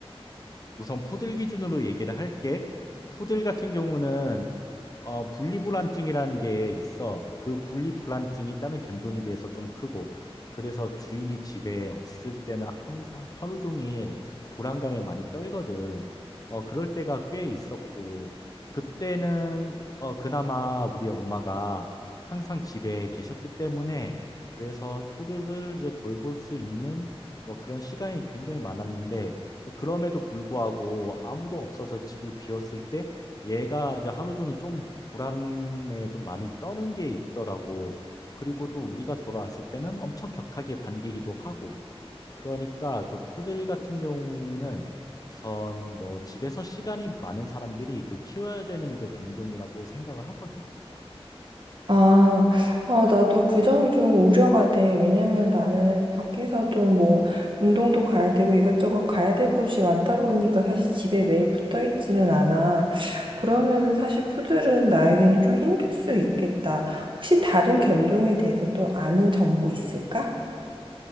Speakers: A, on the left; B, on the right.
A: 우선 푸들 기준으로 얘기를 할게. 푸들 같은 경우는 어, 분리불안증이라는 게 있어. 그 분리불안증이 다른 견종에 비해서 좀 크고, 그래서 주인이 집에 없을 때는 항상 하루 종일 불안감에 많이 떨거든. 어, 그럴 때가 꽤 있었고, 그때는 어, 그나마 우리 엄마가 항상 집에 계셨기 때문에, 그래서 푸드를 이제 돌볼 수 있는 뭐 그런 시간이 굉장히 많았는데, 어, 그럼에도 불구하고 아무도 없어서 집을 비웠을 때, 얘가 이제 하루 종일 좀 불안에 좀 많이 떠는 게 있더라고. 그리고 또 우리가 돌아왔을 때는 엄청 격하게 반기기도 하고. 그러니까 저 푸들 같은 경우는 우선 뭐 집에서 시간이 많은 사람들이 그 키워야 되는 그 견종이라고 생각을 하거든.
B: 아, 아, 나도 그 점이 좀 우려가 돼. 왜냐면 나는 밖에서 좀 뭐 운동도 가야 되고 이것저것 가야 될 곳이 많다 보니까 사실 집에 매일 붙어 있지는 않아. 그러면은 사실 푸들은 나에겐 좀 힘들 수 있겠다. 혹시 다른 견종에 대해서 또 아는 정보 있을까?